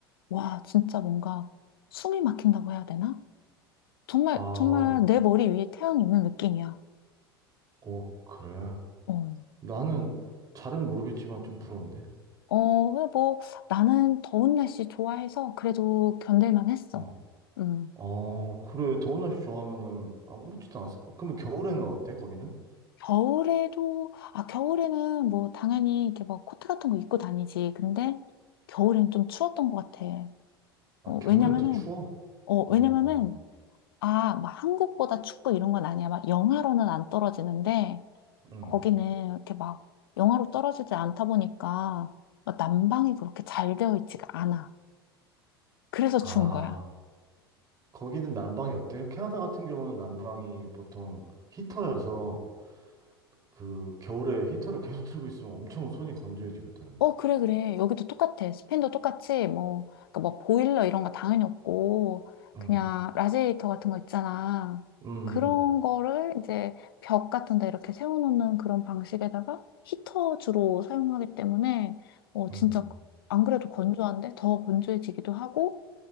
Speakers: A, on the left; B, on the right.
A: 와, 진짜 뭔가 숨이 막힌다고 해야 되나? 정말,
B: 아,
A: 정말 내 머리 위에 태양이 있는 느낌이야.
B: 오, 그래.
A: 어,
B: 나는 잘은 모르겠지만 좀 부러운데.
A: 어, 그래 뭐 나는 더운 날씨 좋아해서 그래도 견딜만 했어.
B: 어,
A: 음.
B: 어, 그래. 더운 날씨 좋아하면은 아무렇지도 않았을 거. 그러면 겨울에는 어때? 거기는?
A: 겨울에도, 아, 겨울에는 뭐 당연히 이렇게 막 코트 같은 거 입고 다니지. 근데 겨울엔 좀 추웠던 것 같아.
B: 아,
A: 어,
B: 겨울엔
A: 왜냐면은,
B: 또 추워?
A: 어,
B: 어,
A: 왜냐면은, 아, 막 한국보다 축구 이런 건 아니야. 막 영하로는 안 떨어지는데,
B: 응.
A: 거기는 이렇게 막 영하로 떨어지지 않다 보니까, 막 난방이 그렇게 잘 되어 있지가 않아. 그래서
B: 아,
A: 추운 거야.
B: 거기는 난방이 어때요? 캐나다 같은 경우는 난방이 보통 히터여서 그 겨울에 히터를 계속 틀고 있으면 엄청 손이 건조해지거든.
A: 어, 그래, 그래. 여기도 똑같아. 스페인도 똑같이, 뭐, 그러니까 뭐, 보일러 이런 거 당연히 없고,
B: 응,
A: 그냥 라지에이터 같은 거 있잖아.
B: 음,
A: 그런
B: 음.
A: 거를 이제 벽 같은 데 이렇게 세워놓는 그런 방식에다가 히터 주로 사용하기 때문에, 어,
B: 음.
A: 진짜 안 그래도 건조한데 더 건조해지기도 하고,